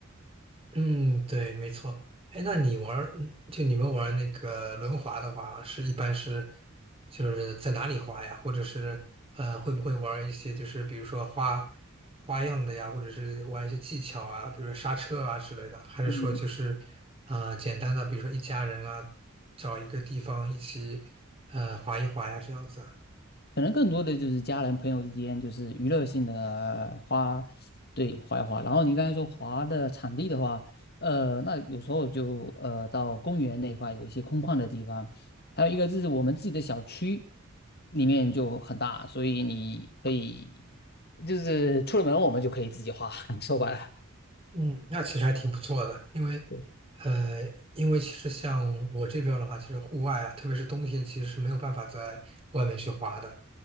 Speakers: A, on the right; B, on the left.
A: 嗯，对，没错。哎，那你玩儿嗯就你们玩儿那个轮滑的话，是一般是就是在哪里滑呀？或者是呃，会不会玩儿一些就是比如说花花样的呀，或者是玩一些技巧啊，比如说刹车啊之类的？还是说就是
B: 嗯。
A: 啊、呃简单的，比如说一家人啊，找一个地方一起呃滑一滑呀，这样子啊？
B: 可能更多的就是家人朋友之间，就是娱乐性的花，对，滑一滑。然后你刚才说滑的场地的话，呃，那有时候就呃到公园那一块有一些空旷的地方，还有一个就是我们自己的小区里面就很大，所以你可以就是出了门我们就可以自己滑，<laughs> 说白了，
A: 嗯，那其实还挺不错的，因为，
B: 对，
A: 呃，因为其实像我这边儿的话，其实户外啊，特别是冬天，其实是没有办法在外面去滑的，